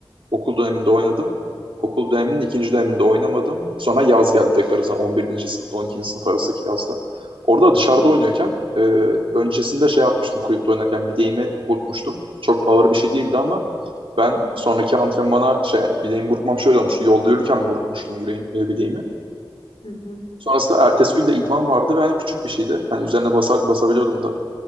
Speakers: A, on the right; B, on the left.
A: Okul döneminde oynadım. Okul döneminin ikinci döneminde oynamadım. Sonra yaz geldi tekrar zaten 11. sınıfta 12. sınıf arasındaki yazda. Orada dışarıda
B: Hı hı.
A: oynuyorken e, öncesinde şey yapmıştım kulüpte oynarken bileğimi burkmuştum. Çok ağır bir şey değildi ama ben
B: Hı hı.
A: sonraki antrenmana şey yani bileğimi burkmam şöyle olmuştu. Yolda yürürken burkmuştum yüreğim, e, bileğimi.
B: Hı hı.
A: Sonrasında ertesi gün de idman vardı ve hani küçük bir şeydi. Hani üzerine basa, basabiliyordum da.